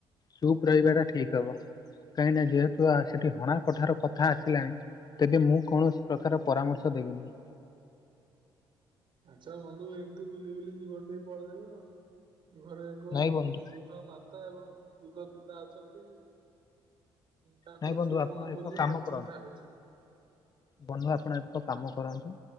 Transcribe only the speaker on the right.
ତ
ଆଚ୍ଛା ବନ୍ଧୁ ଏମିତି ବୁଲି ବୁଲି ଜୀବନ ଟି ପଳେଇବ ଆଉ। ଘରେ ଏକ
ବୃଦ୍ଧ ମାତା ଏବଂ ବୃଦ୍ଧ ପିତା ଅଛନ୍ତି। ତାଙ୍କର
ସିଏ
କଣ କରିବେ
ଭାରି
ଚିନ୍ତା ହଉଛି